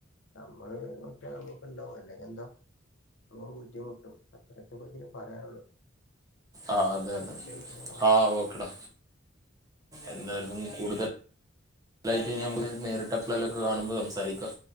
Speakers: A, on the left (about 65°); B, on the right (about 20°).
A: നമ്മള് ഒക്കെ നമുക്ക് ഇണ്ടാവും അല്ലെങ്കി എന്ത നമ്മക്ക് ബുദ്ധിമുട്ടും അത്രെക്കെ അതിന് പറയാള്ളു
B: ആഹ് അതെ അതെ
A: പിന്നെ കാണാം
B: ആഹ് ഓക്കെടാ എന്തായാലും കൂട്തല് ലയ്റ്റ് നേരി എപ്പ്ളേലൊക്ക കാണുമ്പ സംസാരിക്ക